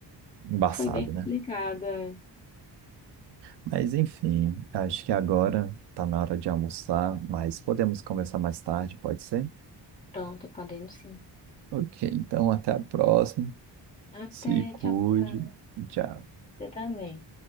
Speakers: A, on the right; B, on the left.
A: Embaçado,
B: foi bem complicado.
A: né?
B: é.
A: Mas enfim, acho que agora tá na hora de almoçar, mas podemos conversar mais tarde, pode ser?
B: Pronto, podemos sim.
A: Ok, então até a próxima.
B: Até,
A: Se cuide.
B: tchau, tchau.
A: Tchau.
B: Você também.